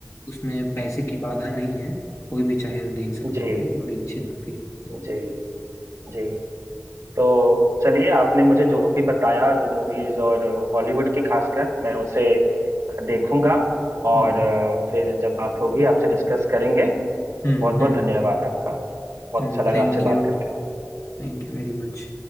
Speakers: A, on the left; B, on the right.
A: उसमें पैसे की बाधा नहीं है कोई भी चाहे तो देख सकता
B: जी
A: है ये बड़ी अच्छी बात कही आपने।
B: जी जी तो चलिए आपने मुझे जो भी बताया जो मूवीज और हॉलीवुड की खासकर मैं उसे देखूंगा और
A: हम्म
B: अ, फिर जब बात होगी आपसे डिस्कस करेंगे
A: हम्म
B: बहुत बहुत धन्यवाद आपका बहुत
A: हम्म
B: अच्छा लगा
A: thank
B: आपसे
A: you
B: बात करके
A: Thank you very much